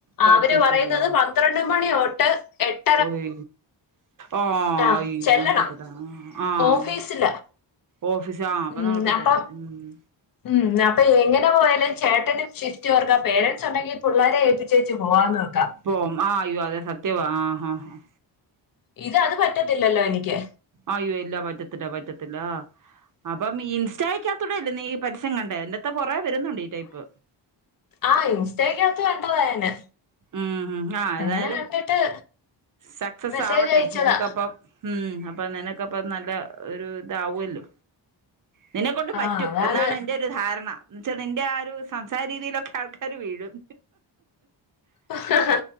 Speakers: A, on the right; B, on the left.
A: പറ്റത്തില്ല
B: അവര് പറയുന്നത് പന്ത്രണ്ട് മണി തൊട്ട് എട്ട്
A: ഓയ് ആഹ്
B: ആ
A: അയ്യോ
B: ചെല്ലണം
A: അത് നടക്കത്തില്ല ആഹ്.
B: ഓഫീസിലാ
A: ഓഫീസി ആഹ് അപ്പ
B: ഉം
A: <unintelligible>
B: അപ്പം
A: ഊം.
B: ഉം അപ്പൊ എങ്ങനെ പോയാലും ചേട്ടനും ഷിഫ്റ്റ് വർക്കാ പേരൻസ് ഉണ്ടെങ്കി പുള്ളേരെ ഏൽപ്പിച്ചോലും പോവാന്ന് വെക്കാം.
A: പോം ആഹ് അയ്യോ അതെ സത്യവാ ആഹ് ഹ ഹ.
B: ഇതത് പറ്റത്തില്ലല്ലോ എനിക്ക്
A: ആയ്യൊ ഇല്ല പറ്റത്തില്ല പറ്റത്തില്ലാ അപ്പം ഇൻസ്റ്റയ്ക്കാത്തൂടെ അല്ലേ നീ ഈ പരസ്യം കണ്ടേ ഇങ്ങനത്തെ കൊറേ വരുന്നുണ്ട് ഈ ടൈയ്പ്.
B: ആഹ് ഇൻസ്റ്റയ്ക്കാത്ത് കണ്ടതാ ഞാന്
A: ഉം ഉം ആ ഏതായാലും
B: അങ്ങനെ കണ്ടിട്ട്
A: സക്സസ്
B: മെസ്സേജ്
A: ആവട്ടെ
B: അയച്ചതാ
A: നിനക്കപ്പം ഊം അപ്പൊ നെനക്കപ്പ നല്ല ഒരു താവ്വല്ലോ നിന്നെ ക്കൊണ്ട്
B: ആ
A: പറ്റും
B: അതാണ്
A: എന്നാണ് എൻ്റെ ധാരണ എന്ന് വെച്ചാ നിന്റെ ആ ഒരു സംസാര രീതിയിലൊക്കെ ആൾക്കാര് വീഴും.
B: അ ഹ ഹ